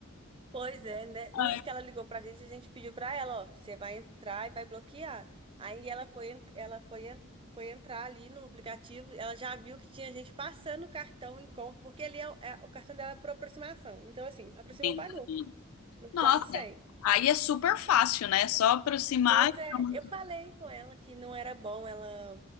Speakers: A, on the right; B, on the left.
A: pois é, né? Nisso
B: Ai,
A: que ela ligou pra gente, a gente pediu pra ela, ó, você vai entrar e vai bloquear. Aí ela foi, en- ela foi, en- foi entrar ali no aplicativo, ela já viu que tinha gente passando o cartão em compra, porque ali é, o é- o cartão dela é por aproximação. Então, assim, aproximou,
B: gente.
A: pagou. Não precisava
B: Nossa,
A: de senha.
B: aí é super fácil, né? Só aproximar.
A: Pois
B: e
A: é,
B: pronto.
A: eu falei com ela que não era bom ela